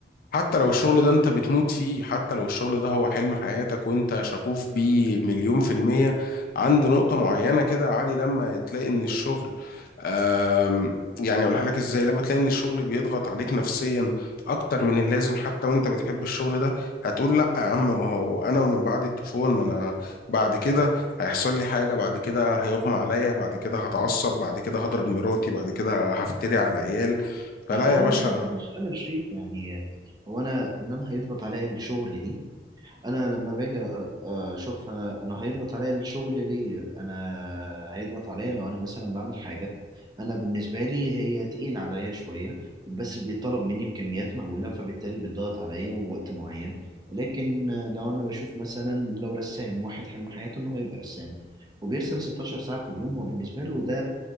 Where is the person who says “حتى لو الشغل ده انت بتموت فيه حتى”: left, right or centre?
Left